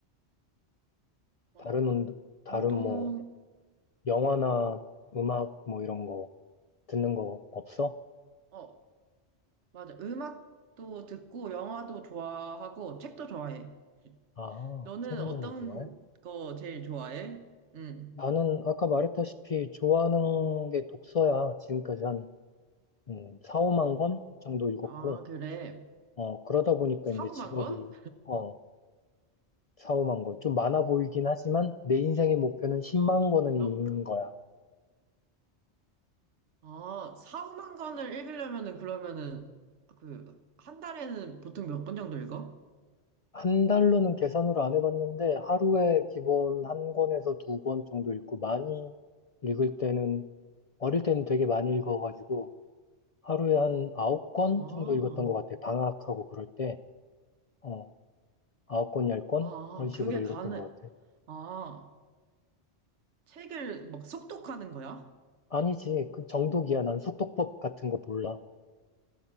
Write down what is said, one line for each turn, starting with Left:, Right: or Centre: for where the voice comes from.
Right: 어,
Left: 다른 운 다른
Right: 운동,
Left: 뭐 영화나 음악 뭐 이런 거 듣는 거 없어?
Right: 어, 맞아. 음악도 듣고, 영화도 좋아하고, 책도 좋아해.
Left: 아,
Right: 너는
Left: 청량이
Right: 어떤
Left: 좋아해?
Right: 거 제일 좋아해? 응.
Left: 나는 아까 말했다시피 좋아하는 게 독서야. 지금까지 한 음, 4, 5만 권 정도 읽었고.
Right: 아, 그래.
Left: 어, 그러다 보니까
Right: 사후만
Left: 이제 직업이
Right: 건?
Left: 어, 4, 5만 권. 좀 많아 보이긴 하지만 내 인생의 목표는 10만 권은
Right: 너,
Left: 읽는 거야.
Right: 아, 사후만 건을 읽으려면은, 그러면은, 그, 한 달에는 보통 몇 권 정도 읽어?
Left: 한 달로는 계산으로 안 해봤는데 하루에 기본 한 권에서 두 권 정도 읽고 많이 읽을 때는 어릴 때는 되게 많이 읽어가지고 하루에 한 9권
Right: 아,
Left: 정도 읽었던 것 같아. 방학하고 그럴 때. 어, 9권, 10권?
Right: 아,
Left: 그런 식으로
Right: 그게
Left: 읽었던
Right: 가능,
Left: 것 같아.
Right: 아, 책을 막 속독하는 거야?
Left: 아니지. 그 정독이야. 난 속독법 같은 거 몰라.